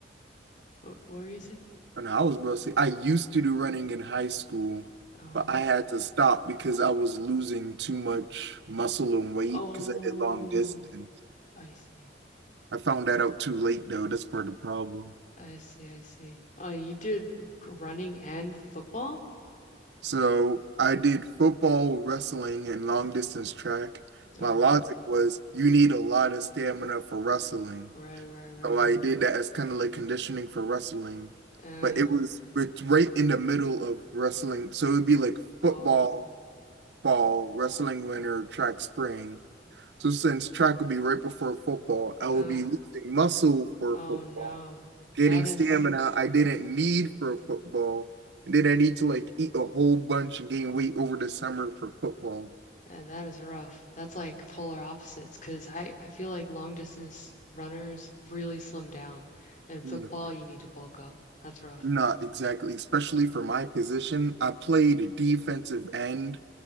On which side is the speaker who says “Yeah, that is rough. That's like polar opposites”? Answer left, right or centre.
Left